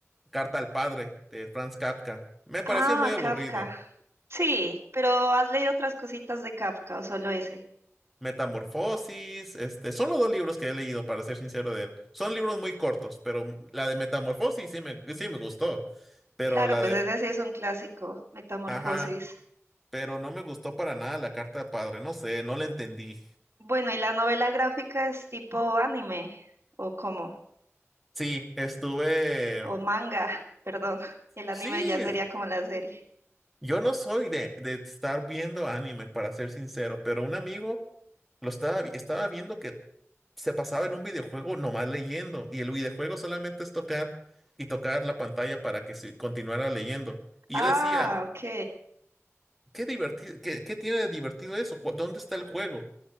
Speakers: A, in the centre; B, on the right.
A: Carta al Padre de Franz Kafka. Me parecía
B: Ah,
A: muy aburrido.
B: Kafka. Sí, pero ¿has leído otras cositas de Kafka o solo ese?
A: Metamorfosis, este, son los dos libros que he leído, para ser sincero de él. Son libros muy cortos, pero la de Metamorfosis sí me, sí me gustó, pero
B: Claro,
A: la
B: pues
A: de,
B: ese sí es un clásico, Metamorfosis.
A: ajá, pero no me gustó para nada la carta de padre, no sé, no la entendí.
B: Bueno, ¿y la novela gráfica es tipo anime o cómo?
A: Sí, estuve,
B: O manga, perdón. El anime
A: sí,
B: ya sería como la serie.
A: Yo no soy de, de estar viendo anime, para ser sincero, pero un amigo lo estaba, vi- estaba viendo que se pasaba en un videojuego nomás leyendo, y el videojuego solamente es tocar y tocar la pantalla para que se continuara leyendo. Y
B: Ah,
A: yo decía,
B: ok.
A: qué divertido, qué, qué tiene de divertido eso? ¿Cu- ¿Dónde está el juego?